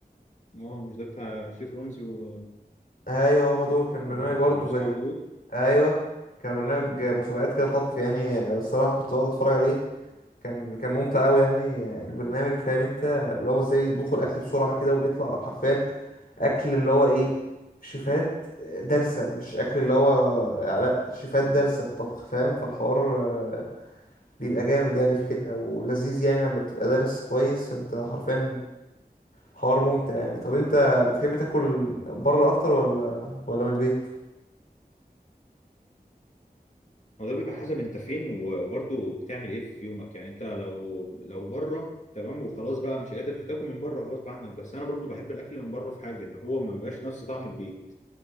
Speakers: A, on the left (about 45°); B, on the left (about 65°).
A: اه مش ده بتاع شيف رمزي و...
B: ايوه هما دول كان برنامج
A: و...
B: برضه
A: واصحابه
B: زي
A: دول
B: ايوه كان برنامج مسابقات كده طبخ يعني آه، الصراحه كنت بقعد اتفرج عليه كان كان ممتع قوي يعني آه، البرنامج فاهم انت اللي هو ازاي بيطبخوا الاكل بسرعه كده وبيطلع حرفيا اكل اللي هو ايه شيفات آه، دارسة مش اكل اللي هو آه، لا شيفات دارسة الطبخ فاهم فالحوار آه، بيبقى جامد يعني
A: امم
B: في كده ولذيذ يعني لما بتبقى دارس كويس فانت حرفيا حوار ممتع يعني طب انت بتحب تاكل بره اكتر ولا ولا من البيت
A: هو ده بيبقى حسب انت فين و- وبرضه بتعمل ايه في يومك يعني انت لو لو بره تمام وخلاص بقى مش قادر هتاكل من بره غصب عنك بس انا برضه بحب الاكل من بره في حاجه ان هو ما بيبقاش نفس طعم البيت